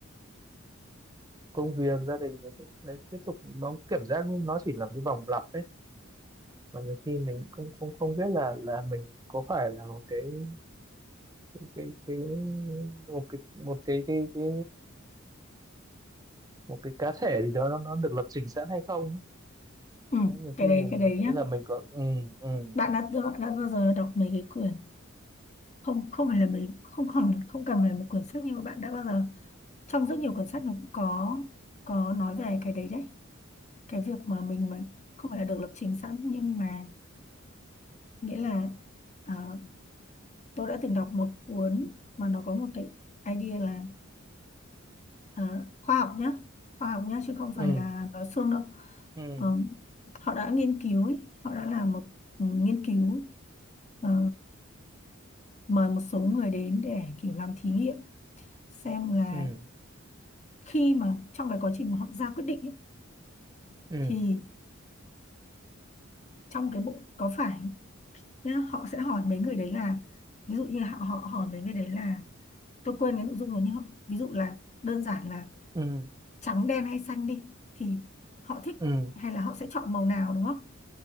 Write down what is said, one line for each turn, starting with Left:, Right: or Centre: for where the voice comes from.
Right: công việc gia đình rồi đấy, tiếp tục nó cảm giác nó chỉ là một cái vòng lặp đấy và nhiều khi mình không không không biết là là mình có phải là một cái cái cái, cái một cái một cái cái cái một cái cá thể gì đó nó nó được lập trình sẵn hay không
Left: Ừ,
Right: Đấy, nhiều
Left: cái
Right: khi
Left: đấy
Right: mình
Left: cái đấy
Right: mình nghĩ
Left: nhá
Right: là mình có ừ ừ
Left: bạn đã bạn đã bao giờ đọc mấy cái quyển không không phải là mấy không còn không cần phải là một quyển sách nhưng mà bạn đã bao giờ trong rất nhiều quyển sách nó cũng có có nói về cái đấy đấy cái việc mà mình mà không phải là được lập trình sẵn nhưng mà nghĩa là ờ, tôi đã từng đọc một cuốn mà nó có một cái idea là ờ, khoa học nhá khoa học nhá chứ không
Right: ừ
Left: phải là nói suông đâu
Right: ừ
Left: Ờ, họ đã nghiên cứu ý, họ đã làm một ừ, nghiên cứu ờ, mời một số người đến để kiểu làm thí nghiệm xem là
Right: ừ
Left: khi mà trong cái quá trình mà họ ra quyết định ấy,
Right: ừ
Left: thì trong cái bụng có phải nhá, họ sẽ hỏi mấy người đấy là ví dụ như họ họ hỏi mấy người đấy là tôi quên cái nội dung rồi nhưng họ, ví dụ là đơn giản là
Right: ừ
Left: trắng đen hay xanh đi thì họ thích
Right: ừ
Left: hay là họ sẽ chọn màu nào đúng không